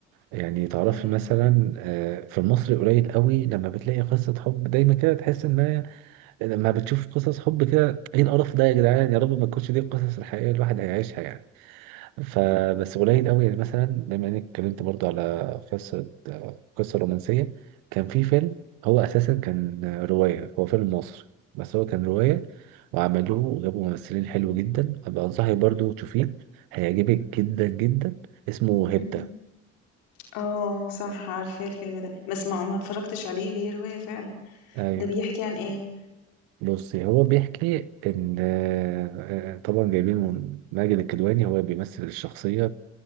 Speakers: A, on the right; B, on the left.
A: يعني تعرفي
B: أيوة
A: مثلا آه، في المصري قليل قوي لما بتلاقي قصة حب دايما كده تحس إن هي لما بتشوف قصص حب كده إيه القرف ده يا جدعان يا رب ما تكونش دي القصص الحقيقية الواحد هيعيشها يعني فبس قليل قوي يعني مثلا بما اني اتكلمت برضو على قصه قصه رومانسيه كان في فيلم هو اساسا كان روايه هو فيلم مصري بس هو كان روايه وعملوه وجابوا ممثلين حلو جدا ابقى انصحك برضو تشوفيه هيعجبك جدا جدا اسمه
B: مهم.
A: هيبتا
B: اه صح عارفة الفيلم ده بس ما ما اتفرجتش عليه هي رواية فعلا
A: ايوه
B: ده بيحكي عن ايه
A: بصي هو بيحكي ان آه، آه، طبعا جايبين من ماجد الكدواني هو بيمثل الشخصيه